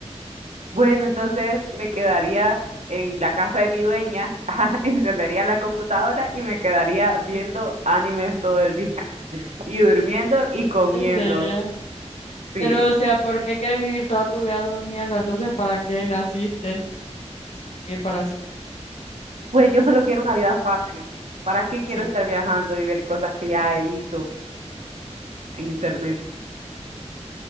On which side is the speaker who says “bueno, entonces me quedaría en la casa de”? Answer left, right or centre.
Right